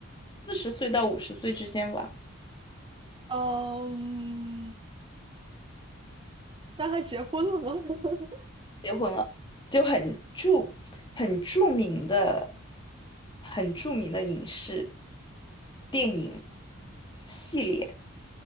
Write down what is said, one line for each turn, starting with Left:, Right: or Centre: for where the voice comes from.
Left: 四十岁到五十岁之间吧，
Right: 嗯，那他结婚了吗？<laughs>
Left: 结婚了，就很著很著名的很著名的影视电影系列，